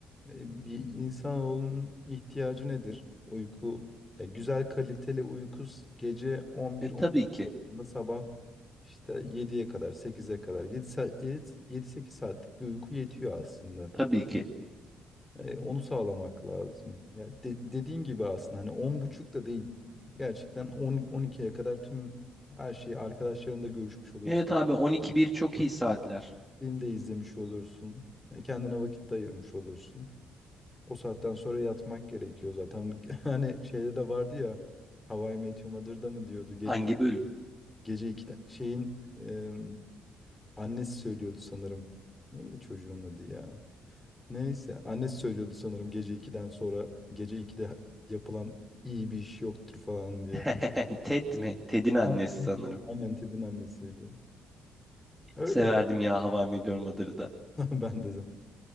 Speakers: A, on the left; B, in the centre.
A: e, bir insanın ihtiyacı nedir? Uyku. Ya güzel kaliteli uyku s- gece 11-12
B: E tabii ki.
A: arasında sabah işte 7'ye kadar 8'e kadar 7 saat 7-8 saatlik bir uyku yetiyor aslında.
B: Tabii ki.
A: E, onu sağlamak lazım. Ya de- dediğin gibi aslında hani on buçuk da değil. Gerçekten 10 12'ye kadar tüm her şeyi arkadaşlarınla görüşmüş olursun.
B: Evet abi on iki bir çok iyi saatler.
A: Film de izlemiş olursun. E, Kendine vakit de ayırmış olursun. O saatten sonra yatmak gerekiyor zaten. <laughs> Hani şeyde de vardı ya How I Met Your Mother'da mı diyordu. Gece
B: Hangi bölüm?
A: gece iki şeyin e, annesi söylüyordu sanırım. Neydi çocuğun adı ya? Neyse annesi söylüyordu sanırım gece iki'den sonra gece iki'de yapılan iyi bir iş yoktur falan diye.
B: <laughs> Ted mi? Ted'in annesi
A: Herkesin-
B: sanırım.
A: Aynen Ted'in annesiydi. Öyle
B: Severdim
A: ya.
B: ya How I Met Your Mother'ı da.
A: <laughs> Ben de.